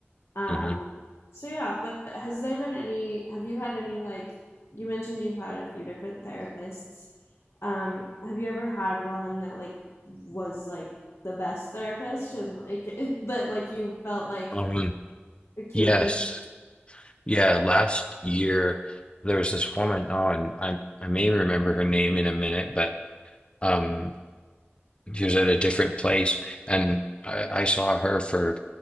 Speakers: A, on the left; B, on the left.
A: um,
B: hmm
A: so yeah, but has there been any, have you had any like, you mentioned you've had a few different therapists. Um, have you ever had one that like was like the best therapist and like <laughs> that like you felt like
B: Um,
A: it came
B: yes.
A: easy?
B: Yeah, last year there was this woman, oh, and I I may remember her name in a minute, but um she was at a different place and I, I saw her for